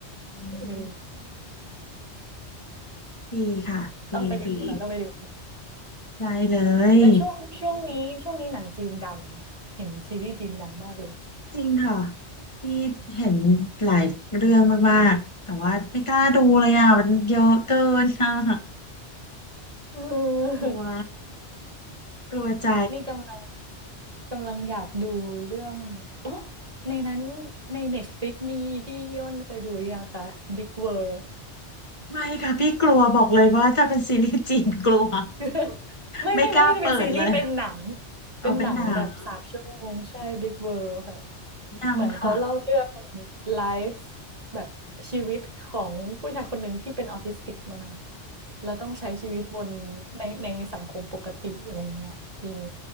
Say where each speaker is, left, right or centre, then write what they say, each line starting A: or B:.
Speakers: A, on the right; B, on the left.
A: เออ
B: อืมดีค่ะดีดี
A: ต้องไปดูค่ะต้องไปดู
B: ได้เลย
A: แต่ช่วงช่วงนี้ช่วงนี้หนังจีนดังเห็นซีรีส์จีนดังมากเลย
B: จริงค่ะที่เห็นหลายเรื่องมากๆแต่ว่าไม่กล้าดูเลยอ่ะมันเยอะเกินค่ะ
A: เอ
B: กลัว
A: อ
B: กลัวใจ
A: <laughs> นี่กำลัง กำลังอยากดูเรื่องเออในนั้นใน Netflix มีพี่ยนเคยดูหรือยังคะ Big World
B: ไม่ค่ะพี่กลัวบอกเลยว่าถ้าเป็นซีรีส์จีนกลัว
A: <laughs> ไม่ไม่ไม่ไม่ได้เป็นซีรีส์เป็นหนัง
B: ไม่กล้าเปิดเลย
A: เป็นหนังแบบสามชั่วโมงใช่
B: เอาเป็นหนัง
A: Big World ค่ะ
B: ยังค่ะ
A: เหมือนเขาเล่าเรื่องไลฟ์แบบชีวิตของผู้ชายคนหนึ่งที่เป็นออทิสติกมาค่ะแล้วต้องใช้ชีวิตบนในในสังคมปกติอะไรอย่างเงี้ยอืม